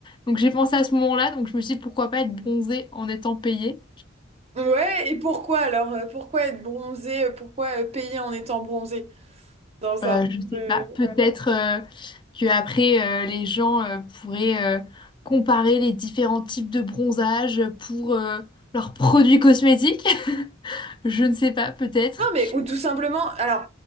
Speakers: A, on the left; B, on the right.
A: donc j'ai pensé à ce moment-là, donc je me suis dit pourquoi pas être bronzé en étant payé.
B: Ouais, et pourquoi alors? euh, Pourquoi être bronzé? euh, Pourquoi euh, payer en étant bronzé? dans
A: Euh,
B: un monde...
A: je sais
B: euh,
A: pas, peut-être euh, que après euh, les gens euh, pourraient euh, comparer les différents types de bronzage pour euh, leurs produits cosmétiques. Je ne sais pas, peut-être.
B: Non, mais ou tout simplement... Alors,